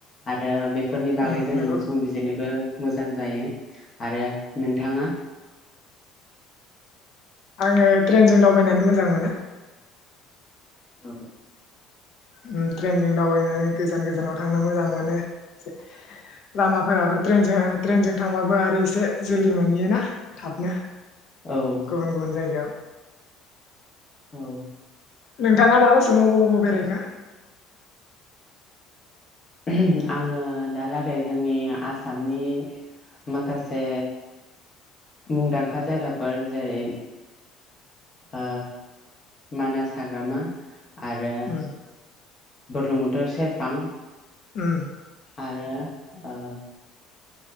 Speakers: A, on the left; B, on the left.
A: आरो बेफोरनि बा
B: उम
A: जों
B: नंगौ
A: संबिजिरनो बो मोजां जायो आरो नोंथाङा
B: आङो ट्रेनजों दावबायनानै मोजां मोनो।
A: औ
B: उम ट्रेनजों दावबायनानै गोजान गोजानाव थांनो मोजां मोनो एसे लामाफोराबो ट्रेनजों ओ ट्रेनजों थांबाबो आरो एसे जोलदि मोनहैयोना थाबनो।
A: औ
B: गुबुन गुबुन जायगायाव
A: औ
B: नोंथाङा दालासिम बबाव बबाव बेरायखो?
A: उम आङो दालागै जोंनि आसामनि माखासे मुंदांखा जायगाफोर जेरै ओ मानास हाग्रामा आरो।
B: उम
A: बोरलुं बोथोर सेरफां।
B: उम।
A: आरो ओ।